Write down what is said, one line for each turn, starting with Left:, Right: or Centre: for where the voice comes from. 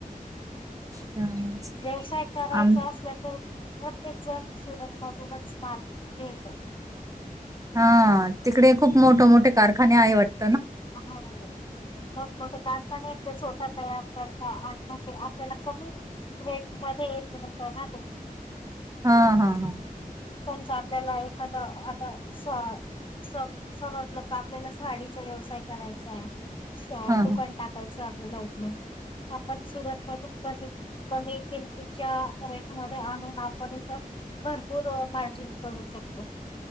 Right: त्यामुळेच
Left: व्यवसाय करायचा
Right: आम
Left: असला तर प्रत्येक जण सुरत मधूनच माल घेतो
Right: हा तिकडे खूप मोठ मोठे कारखाने आहे वाटत.
Left: हो मोठमठे कारखान्याचे होत. तयार करता आणि म्हणजे आपल्याला कमी रेट मध्ये येत ना ते
Right: हा हा हा.
Left: समजा आपलेला एखादां आता स्.. स समजलं का आपल्याला साडीचा व्यवसाय करायचंय
Right: हां,
Left: दुकान
Right: हां.
Left: टाकायचं आपल्याला लवट आपण सुरत मधून पण कमी किंमतीच्या रेटमध्येध्ये आणून आपण भर - <unintelligible> मार्जिन करू शकतो.